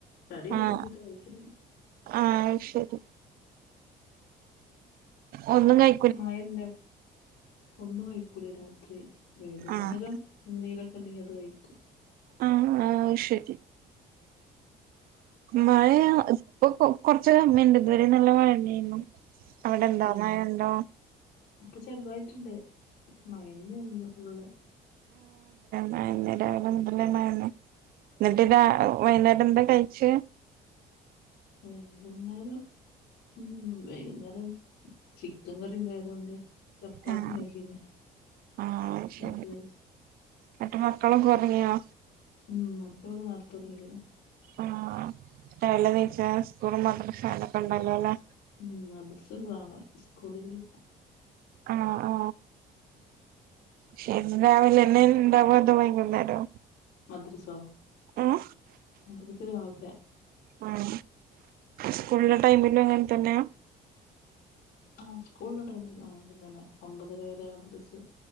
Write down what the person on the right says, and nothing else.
ആഹ്
ആഹ് അത് ശെരി ഉം ഒന്നും കൈ
ആഹ്
ആഹ് ആഹ് അത് ശെരി മഴയാ ഇപ്പൊ കൊറച്ചു സമയമുണ്ട് ഇതുവരെ നല്ല മഴയായിരുന്നു. അവടെ ഇണ്ടോ, മഴണ്ടോ?
വൈകുന്നേരം ആയാലും ഇതിലും മഴന്നെ എന്നട്ട് വൈന്നേരം എന്താ കഴിച്ചേ
ആഹ്
ആഹ് ശരി
എന്നിട്ട് മക്കളൊക്കെ ഒറങ്ങിയോ?
ആഹ്, രാവിലെ നീച്ച സ്കൂളും മദ്രസാ ളെക്കെ ഇണ്ടല്ലോലെ.
ആഹ് ആഹ് ശരി രാവിലെ തന്നെ ഇണ്ടാവോ അതോ വൈകുന്നേരോ
ഉം
ഉം സ്കൂളിലെ ടൈമിലും അങ്ങനെ തന്നെയാ